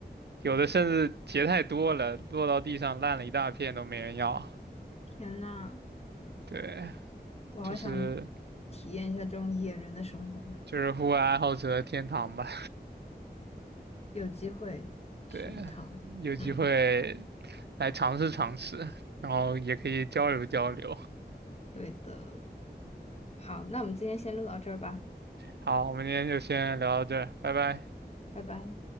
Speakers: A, on the right; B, on the left.
A: 有的甚至结太多了，落到地上烂了一大片都没人要。
B: 天呐，
A: 对，
B: 我好想
A: 就是
B: 体验一下这种野人的生活。
A: 就是户外爱好者的天堂吧。
B: 有机会去一趟。
A: 对，有机会来尝试尝试，
B: 嗯，
A: 然后也可以交流交流。
B: 对的。好，那我们今天先录到这儿吧，
A: 好，我们今天就先聊到这儿，拜拜。
B: 拜拜。